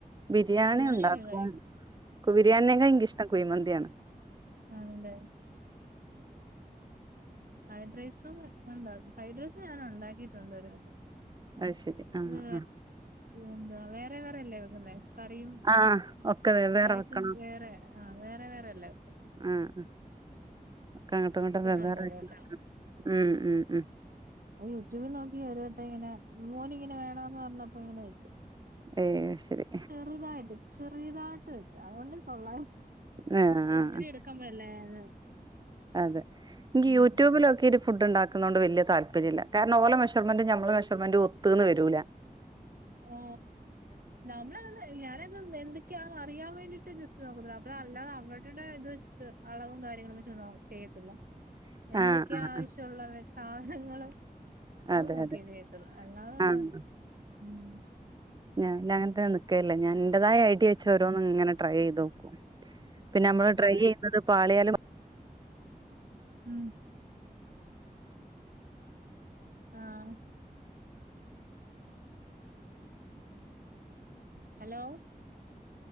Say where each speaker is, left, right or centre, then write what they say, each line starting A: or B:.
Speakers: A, on the right; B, on the right.
A: ബിരിയാണി
B: ബിരിയാണിയൊക്കെ
A: ഉണ്ടാക്കും
B: കഴിക്കും
A: ക്ക് ബിരിയാണിനേക്കായിളെനിക്കിഷ്ടം കുയ്മന്തിയാണ്
B: ആണല്ലേ ഫ്രൈഡ് റൈസും ക്കെണ്ടാക്കും ഫ്രൈഡ് റൈസും ഞാൻ ഉണ്ടാക്കിട്ടുണ്ട് ഒരു വട്ടം
A: അയ്ശരി ആഹ്
B: അത്
A: ആഹ്
B: എന്താ വേറെ വേറെല്ലേ വെക്കുന്നെ കറിയും
A: ആ ഒക്കെ വെവ്വേറെ
B: റൈസും
A: വെക്കണം
B: വേറെ ആഹ് വേറെ വേറെല്ലേ ഇട്ടത്
A: ഉം ഉം ഒക്കെ അങ്ങട്ടും ഇങ്ങട്ടും
B: വെച്ചിട്ടുണ്ട്
A: വെവ്വേറെ
B: ഒരു
A: ആയ്ട്ട്
B: വട്ടം
A: വെക്ക ഉം ഉം
B: യൂട്യൂബിൽ നോക്കി ഒരു വട്ടം ഇങ്ങനെ മോനി ങ്ങനെ വേണന്ന് പറഞ്ഞപ്പോ ഇങ്ങനെ വെച്ചു
A: ഏയ്ശരി
B: ചെറുതായിട്ട് ചെറിയതായിട്ട് വെച്ച് അതുകൊണ്ട് കൊള്ളായിരുന്ന്
A: ആഹ്
B: ഒത്തിരി
A: ആഹ്
B: എട് ക്കമല്ലേ അത്
A: അതെ ഇന്ക്
B: ഉം
A: യൂട്യൂബിലൊക്കീട് ഫുഡ് ണ്ടാക്കുന്നത് കൊണ്ട് വല്യ താല്പര്യല്ല്യ കാരണം ഓലെ മെഷർ മെന്റ് നമ്മളെ മെഷർെമെന്റ് ഒത്തൂന്ന് വരൂല്ല
B: ഓ നമ്മളതന്ത് ഞാനെ എന്ത് ഒക്കെയ അറിയാൻ വേണ്ടീട്ട് ജസ്റ്റ് നോക്കുന്നത് അപ്പൊ അല്ലാതെ അവരുടെ ഇത് വെച്ചിട്ട് അളവും കാര്യങ്ങളും വെച്ച് ചെയ്യത്തില്ല
A: <inaudible>
B: എന്തൊക്കെയാ
A: ആഹ്
B: ആവശ്യമുള്ള സാധനങ്ങള്
A: ആഹ്
B: അതും
A: അതെ
B: നോക്കെ
A: അതെ
B: ചെയ്യത്തൊള്ളൂ അല്ലാതെ
A: ആഹ്
B: <unintelligible> ഉം ഉം
A: ഞാൻ അങ്ങൻത്തെൻ നിക്കല്ല ഞാൻ ഇന്റെതായ ഐഡിയ വെച്ചോരോന്ന്ങ്ങനെ ട്രൈയയ്തോക്കും. പിന്നെ നമ്മള്
B: ആണല്ലേ
A: ട്രൈയ്യെയ്യുന്നത് പാളിയാലും
B: ഉം ആഹ് അലോ